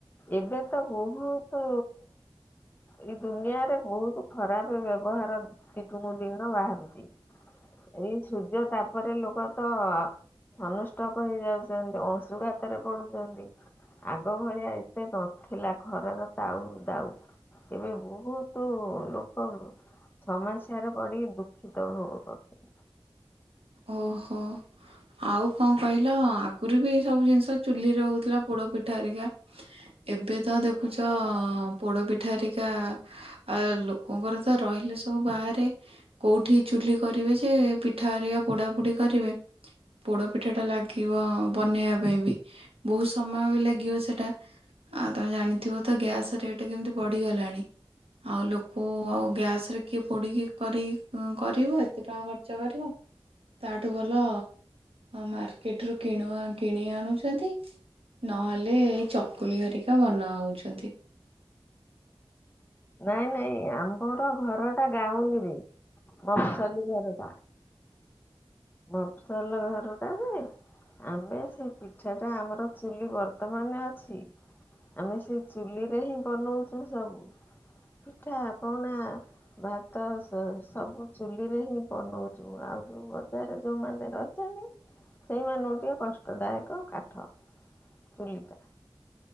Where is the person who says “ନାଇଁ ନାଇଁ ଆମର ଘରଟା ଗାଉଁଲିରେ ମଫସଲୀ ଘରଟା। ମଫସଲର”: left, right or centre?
Left